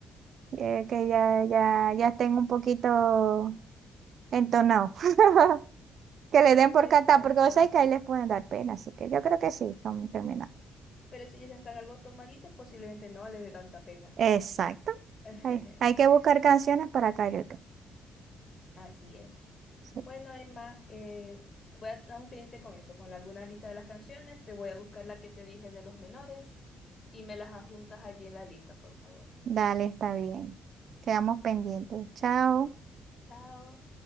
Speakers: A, on the right (about 60°); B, on the left (about 40°).
A: eh, que ya, ya, ya tengo un poquito entonado. <laughs> Que le den por
B: Exacto.
A: cantar, porque vos sabés que ahí les pueden dar pena, así que yo creo que sí, estamos terminados.
B: Pero si ya están algo tomaditos, posiblemente no les dé tanta pena.
A: Exacto.
B: <laughs>
A: Hay, hay que buscar canciones para karaoke.
B: Así es.
A: Sí.
B: Bueno, Emma, eh, te voy a estar un pendiente con eso, con alguna lista de las canciones. Te voy a buscar la que te dije de los menores. y me las adjuntas allí en la lista, por favor.
A: Dale, está bien. Quedamos pendientes. Chao.
B: Chao.